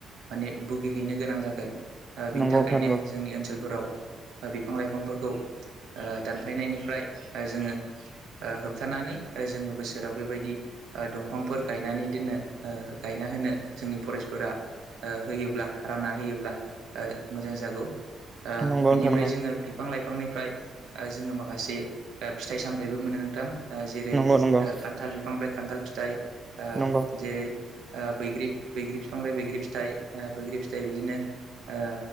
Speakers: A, on the right; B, on the right.
A: माने बुगिहैनो गोनां जागोन। ओ बिनि
B: नोंथां
A: थाखायनो
B: नंगौ
A: जोंनि ओनसोलफोराव ओ बिफां लाइफांफोरखौ। ओ दानफायनायनिफ्राय जोङो ओ होबथानानै जोङो बोसोराव बेबायदि ओ दंफांफोर गायनानै दोननो ओ गायना होनो जोंनि फरेस्टफोरा। ओ होयोब्ला रानना होयोब्ला ओ। मोजां जागौ ओ
B: नंगौ नंगौ नोंथां
A: बिनिफ्राय जोङो बिफां लाइफ। फांनिफ्राय ओ जोङो माखासे ओ फिथाइ सामथाइबो मोनो नोंथां। ओ जेरै ओ
B: नंगौ नंगौ नोंथां
A: खान्थाल बिफांनिफ्राय खान्थाल फिथाइ ओ
B: नंगौ
A: जेरै ओ बैग्रि बैग्रि बिफां बैग्रि फिथाइ ओ बैग्रि फिथाइ बिदिनो ओ